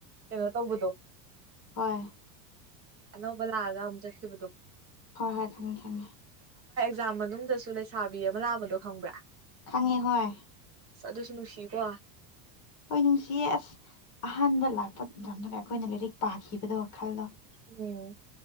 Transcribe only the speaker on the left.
ꯍꯣꯏ
ꯍꯣꯏ ꯍꯣꯏ ꯈꯪꯉ‌ꯦ ꯈꯪꯉ‌ꯦ
ꯈꯪꯉꯦ ꯍꯣꯏ
ꯍꯣꯏ ꯅꯨꯡꯁꯤꯌꯦ ꯑꯁ ꯑꯍꯥꯟꯕ ꯂꯥꯛꯄ ꯃꯇꯝꯗꯨꯗ ꯑꯈꯣꯏꯅ ꯂꯥꯏꯔꯤꯛ ꯄꯥꯈꯤꯕꯗꯣ ꯈꯜꯂꫭ